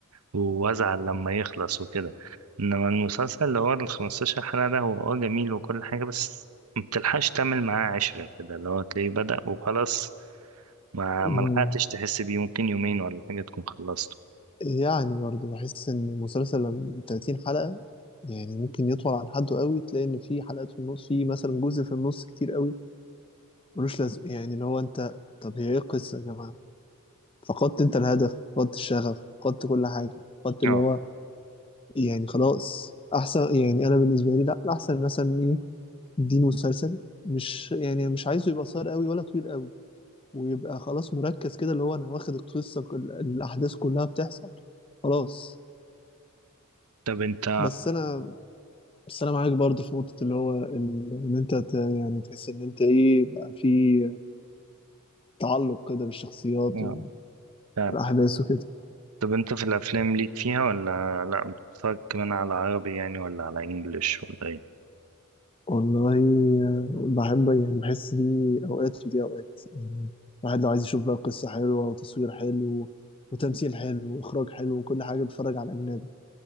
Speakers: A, on the right; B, on the left.
A: وازعل لما يخلص وكده انما المسلسل اللي هو ال 15 حلقه ده هو اه جميل وكل حاجه بس ما بتلحقش تعمل معاه عشره كده اللي هو تلاقيه بدأ وخلاص ما
B: مم.
A: ما لحقتش تحس بيه ممكن يومين ولا حاجه تكون خلصته
B: يعني برضه بحس ان المسلسل لما 30 حلقة يعني ممكن يطول عن حده قوي تلاقي ان في حلقات في النص في مثلا جزء في النص كتير قوي ملوش لازمة يعني اللي هو انت طب هي ايه القصة يا جماعة فقدت انت الهدف فقدت الشغف فقدت كل حاجة فقدت
A: اه
B: اللي هو يعني خلاص احسن يعني انا بالنسبة لي لا احسن مثلا ايه اديني مسلسل مش يعني مش عايزه يبقى قصير قوي ولا طويل قوي ويبقى خلاص مركز كده اللي هو انا واخد القصة كل- الاحداث كلها بتحصل خلاص
A: طب انت
B: بس انا بس انا معاك برضه في نقطه اللي هو ال- ان انت ت- يعني تحس ان انت ايه بقى في تعلق كده بالشخصيات
A: اه فعلا.
B: والاحداث وكده
A: طب انت في الافلام ليك فيها ولا لا بتتفرج كمان على عربي يعني ولا على انجليش ولا ايه
B: والله آه، بحب يعني بحس دي اوقات ودي اوقات يعني الواحد لو عايز يشوف بقى قصه حلوه وتصوير حلو وتمثيل حلو واخراج حلو وكل حاجه بتفرج على الاجنبي